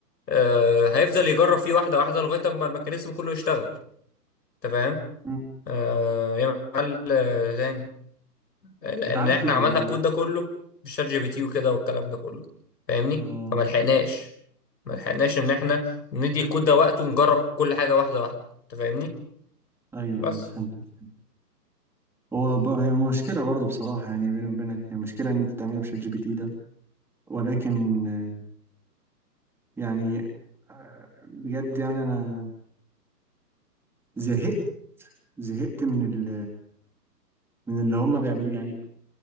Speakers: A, on the left; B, in the centre.
A: آه هيفضل يجرب فيه واحده واحده لغايه اما الميكانيزم كله يشتغل انت فاهم
B: مم.
A: آه يعمل حل آه، تاني لان
B: انت عارف
A: احنا
B: لو
A: عملنا الكود ده كله بالشات جي بي تي وكده والكلام ده كله فاهمني
B: اه
A: فما لحقناش ما لحقناش ان احنا ندي الكود ده وقته ونجرب كل حاجه واحده واحده انت فاهمني
B: ايوه
A: بس
B: ايوه فهمتك فهمت. هو ب- هي مشكله برضه بصراحه يعني بيني وبينك هي مشكله ان انت تعمله بشات جي بي تي ده ولكن آه، يعني آه، بجد يعني انا زهقت زهقت من ال من اللي هم بيعملوا يعني